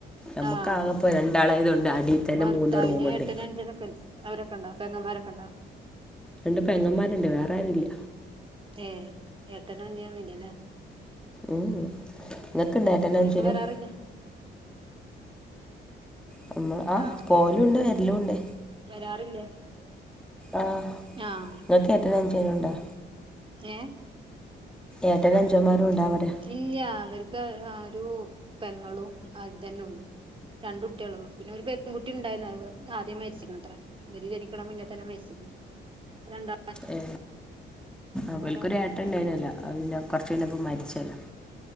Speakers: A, in the centre; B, on the right.
A: നമ്മുക്ക്
B: ആഹ
A: ആകെപ്പോ രണ്ടാളായത് കൊണ്ട് അടിയിൽ തന്നെ
B: ഭർത്താവിന്
A: മൂന്ന് റൂമുണ്ട്
B: ഏട്ടനഞ്ചനക്കെ അവരൊക്കെ ഉണ്ടോ? പെങ്ങമാരക്കുണ്ടോ?
A: രണ്ട് പെങ്ങന്മാരുണ്ട് വേറെ ആരുല്ല.
B: ഏ ഏട്ടനനിയനൊന്നുല്ലല്ലേ?
A: ഉം അ് ഇങ്ങക്കുണ്ടോ ഏട്ടനഞ്ചനും?
B: അവരൊക്കെ വരാറില്ലേ
A: നമ്മ ആ
B: ആഹ്
A: പോലുണ്ട് വര്‌ലൂണ്ട്.
B: വരാറില്ലേ?
A: ആ
B: ആഹ്
A: ഇങ്ങക്ക് ഏട്ടനഞ്ചനുണ്ടോ?
B: ഏ
A: ഏട്ടനും അനുജന്മാരും ഉണ്ടാ പറയാ
B: ഇല്ലാ അവർക്ക് ക്കെ ആ ഒരു പെങ്ങളും അതന്നെ ഉള്ളു. രണ്ടു കുട്ട്യാളൊള്ളു പിന്നെ ഒരു പെൺകുട്ടി ഉണ്ടായിരുന്നു അത് ആദ്യേ മരിച്ച്ക്ണത്ര. ഇവര് ജനിക്കണ മുന്നേതന്നെ മരിച്ച് രണ്ടാ
A: ഏ അവൊൽക്കൊരു
B: വേറാരുല്ല
A: ഏട്ടണ്ടായിനല്ലോ അത് പിന്നെ കൊറച്ചഴിഞ്ഞപ്പം മരിച്ചല്ലോ.